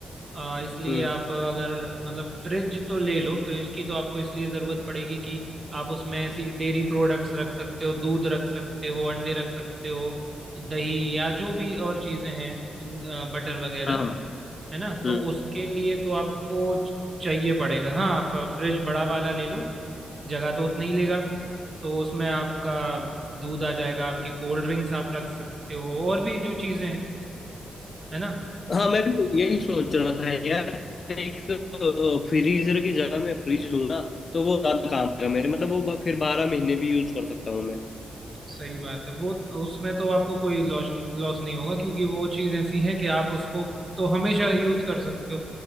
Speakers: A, on the right; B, on the left.
A: अ, इसलिए
B: हम्म
A: आप अगर मतलब फ्रिज तो ले लो फ्रिज की तो आपको इसलिए ज़रूरत पड़ेगी कि आप उसमें ऐसी डेयरी प्रोडक्ट्स रख सकते हो दूध रख सकते हो अंडे रख सकते हो दही या जो भी और चीज़ें हैं बटर वगैरह
B: हाँ हाँ
A: है ना तो
B: हम्म
A: उसके लिए तो आपको चाहिए पड़ेगा हाँ आप फ्रिज बड़ा वाला ले लो जगह तो उतना ही लेगा तो उसमें आपका दूध आ जाएगा आपकी कोल्ड ड्रिंक्स आप रख सकते हो और भी जो चीज़ें हैं है ना
B: हाँ मैं भी यही सोच रहा था यार एक फ्रीजर की जगह मैं फ्रिज लूंगा तो वो ज्यादा काम का मेरे मतलब वो ब- फिर बारह महीने भी यूज कर सकता हूँ मैं
A: सही बात है वो उसमें तो आपको कोई लॉस लॉस नहीं होगा क्योंकि वो चीज़ ऐसी है कि आप उसको तो हमेशा यूज कर सकते हो